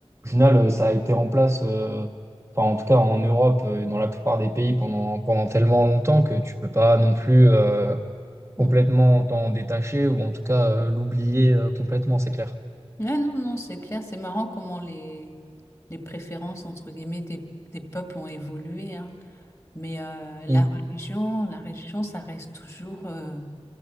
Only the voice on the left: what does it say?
Hmm.
Ouais, non, non, c'est clair, c'est marrant comment les, les préférences, entre guillemets, des, des peuples ont évolué. hein. Mais euh, la
religion, la religion, ça reste toujours... euh,